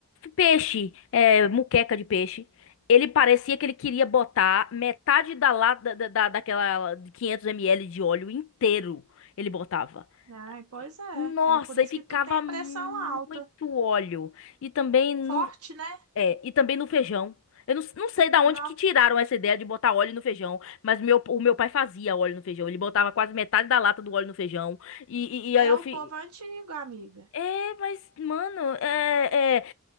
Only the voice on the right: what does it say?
Ai, pois é.
É por isso
que tu tem a
pressão alta.
Forte, né?
Não,
é
o
povo antigo, amiga.